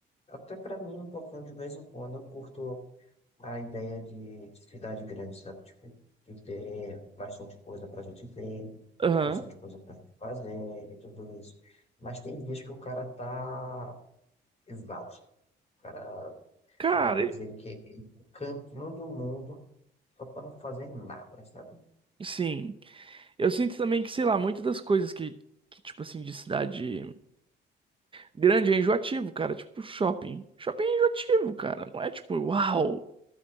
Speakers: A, on the left; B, on the right.
A: até para mim, um pouquinho de vez em quando, eu curto a ideia de, de cidade grande, sabe? Tipo, de ter bastante coisa pra gente ver,
B: Aham.
A: bastante coisa pra gente fazer e tudo isso. Mas tem dias que o cara tá exausto. O cara,
B: Cara,
A: às vezes, ele quer ir pro cantinho do mundo só pra não fazer nada, sabe?
B: sim. Eu sinto também que, sei lá, muitas das coisas que, que, tipo assim, de cidade grande é enjoativo, cara. Tipo, shopping. Shopping é enjoativo, cara. Não é tipo, uau,